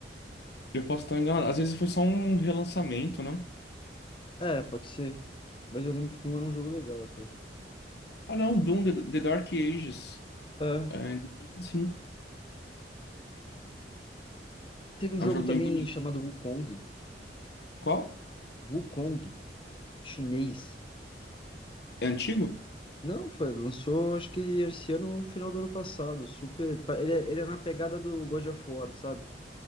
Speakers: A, on the left; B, on the left.
A: eu posso estar enganado. Às vezes foi só um relançamento, né?
B: É, pode ser. Mas eu lembro que Doom era um jogo legal até.
A: Ah, não, Doom The, The Dark Ages,
B: É.
A: é, de dois mil e cinco.
B: Teve um
A: É
B: jogo
A: um jogo
B: também
A: bem bonito.
B: chamado Wukong.
A: Qual?
B: Wukong. Chinês.
A: É antigo?
B: Não, foi. Lançou, acho que esse ano ou final do ano passado. Super. pa- Ele é, ele é na pegada do God of War, sabe?